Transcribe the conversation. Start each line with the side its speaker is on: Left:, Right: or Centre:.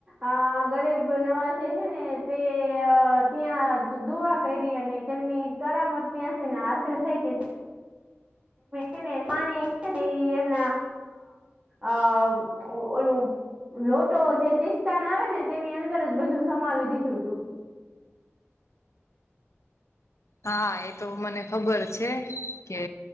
Right: અ ગરીબ નવાજ તે હેને તે અ ત્યાં દુઆ કરી અને તેમની કરામત ત્યાંથી ને હાસિલ થઈ કે. એને <inaudible> પાણીને એમના આ ઓલુ. લોટો જે ચિસ્તાન આવે ને તેની અંદર જ બધું સમાવી દીધું તું.
Left: હા એ તો મને ખબર છે કે